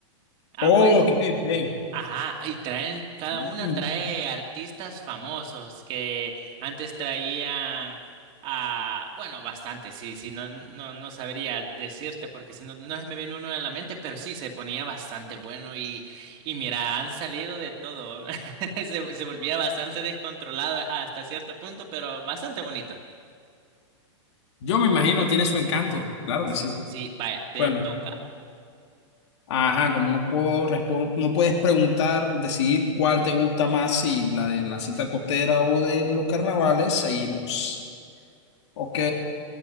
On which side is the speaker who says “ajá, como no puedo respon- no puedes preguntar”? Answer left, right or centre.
Left